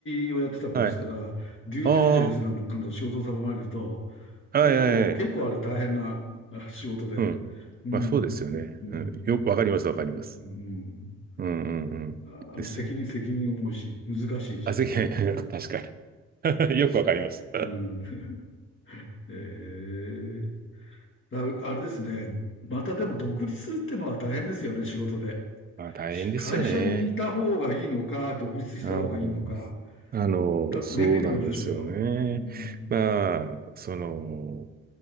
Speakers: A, on the left; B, on the right.
A: チをやってたもんですから、
B: はい。
A: デューディリジェンスなのかの仕事を頼まれると、
B: ああ、はいはいはい。
A: 結構、結構あれ大変なあ <laughs> 仕事で、
B: うん。
A: うん、
B: まあそうですよね。
A: うん、
B: うん。よ、わかります、わかります。
A: うん、
B: うんうんうん。
A: ああの、
B: ですよね。
A: 責任、責任重いし、難しいし、
B: あ、ぜひ、<laughs> 確かに。<laughs> よくわかります。
A: うん、<laughs> えー、だあれですね、またでも独立するってのは大変ですよね、仕事で。
B: まあ大変ですよね。
A: 会社にいた方がいいのか、独立した方がいいのか、
B: うんあの、
A: た年齢にもよるでしょうけど。
B: そうなんですよね。
A: うん、
B: まあ、その、